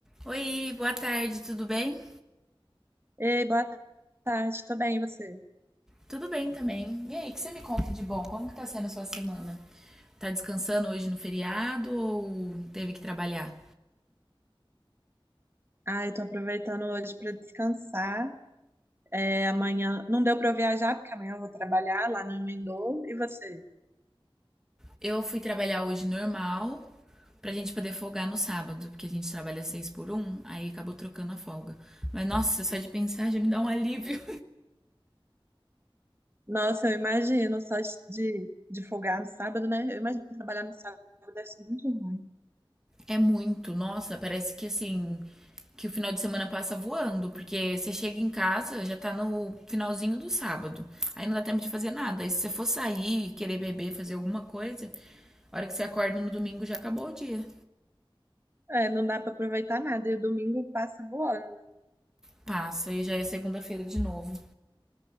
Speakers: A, in the centre; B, on the right.
A: Oi, boa tarde, tudo bem?
B: Ei, boa tarde, tô bem, e você?
A: Tudo bem também. E aí, o que você me conta de bom? Como que tá sendo a sua semana? Tá descansando hoje no feriado ou teve que trabalhar?
B: Ai, tô aproveitando hoje pra descansar. É, amanhã não deu pra eu viajar, porque amanhã eu vou trabalhar lá no Emendou. E você?
A: Eu fui trabalhar hoje normal pra gente poder folgar no sábado, porque a gente trabalha seis por um, aí acabou trocando a folga. Mas nossa, só de pensar já me dá um alívio.
B: Nossa, eu imagino, só de, de de folgar no sábado, né? Eu imagino que trabalhar no sábado deve ser muito ruim.
A: É muito, nossa, parece que assim, que o final de semana passa voando, porque você chega em casa, já tá no finalzinho do sábado. Aí não dá tempo de fazer nada. Aí se você for sair, querer beber, fazer alguma coisa, a hora que você acorda no domingo já acabou o dia.
B: É, não dá pra aproveitar nada, e o domingo passa voando.
A: Passa e já é segunda-feira de novo.